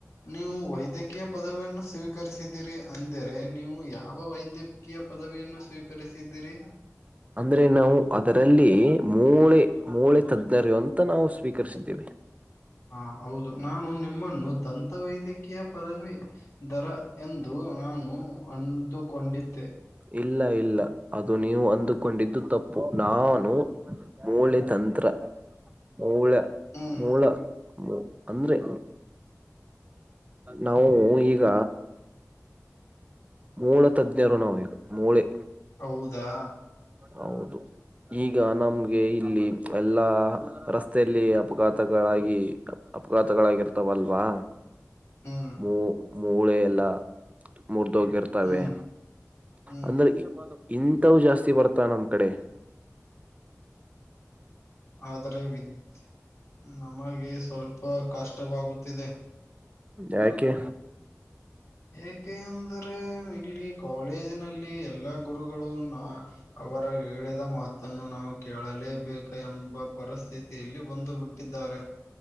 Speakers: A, on the left; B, on the right.
A: ನೀವು ವೈದ್ಯಕೀಯ ಪದವಿಯನ್ನು ಸ್ವೀಕರಿಸಿದೀರಿ ಅಂದರೆ ನೀವು ಯಾವ ವೈದ್ಯ. ಕೀಯ ಪದವಿಯನ್ನು ಸ್ವೀಕರಿಸಿದ್ದಿರಿ
B: ಅಂದ್ರೆ ನಾವು ಅದರಲ್ಲಿ ಮೂಳೆ ಮೂಳೆ ತಜ್ಞರು ಅಂತ ನಾವು ಸ್ವೀಕರಿಸಿದ್ದೇವೆ.
A: ಹಾ ಹೌದು ನಾನು ನಿಮ್ಮನ್ನು ದಂತ ವೈದ್ಯಕೀಯ ಪದವಿ ದರ ಎಂದು. ನಾನು ನಿಮನ್ನು ಅಂದುಕೊಂಡಿದ್ದೆ.
B: ಇಲ್ಲ ಇಲ್ಲ ಅದು ನೀವು ಅಂದುಕೊಂಡಿದ್ದು ತಪ್ಪು ನಾನು. ಮೂಳೆ ತಂತ್ರ ಮೂಳೆ
A: ಹ್ಮ್
B: ಮೂಳ ಮೂ. ಅಂದ್ರೆ ನಾವು ಈಗ. ಮೂಳೆ ತಜ್ಞರು ನಾವು ಈಗ ಮೂಳೆ.
A: ಹೌದಾ
B: <inaudible> ಈಗ ನಮ್ಗೆ ಇಲ್ಲಿ ಎಲ್ಲಾ ರಸ್ತೆಯಲ್ಲಿ ಅಪಘಾತಗಳಾಗಿ. ಅಪಘಾತಗಳಾಗಿರ್ತಾವಲ್ವಾ
A: ಹ್ಮ್
B: ಮೂ ಮೂಳೆ ಎಲ್ಲ. ಮುರಿದುಹೊಗಿರ್ತವೆ
A: ಹ್ಮ್ ಹ್ಮ್
B: ಅಂದ್ರೆ ಇಂಥವು ಜಾಸ್ತಿ ಬರ್ತ. ನಮ್ಮ ಕಡೆ.
A: ಆದರೆ ವಿದ್ ನಮಗೆ ಸ್ವಲ್ಪ ಕಷ್ಟವಾಗುತ್ತಿದೆ.
B: ಯಾಕೆ.
A: ಏಕೆ ಅಂದರೆ ಇಲ್ಲಿ ಕಾಲೇಜಿನಲ್ಲಿ ಎಲ್ಲಾ ಗುರುಗಳು ನಾ. ಅವರ ಹೇಳಿದ ಮಾತನ್ನು ನಾವು ಕೇಳಲೇಬೇಕ ಎಂಬ ಪರಿಸ್ಥಿತಿಯಲ್ಲಿ ಒಂದು ಬಿ ಟ್ಟಿದ್ದಾರೆ.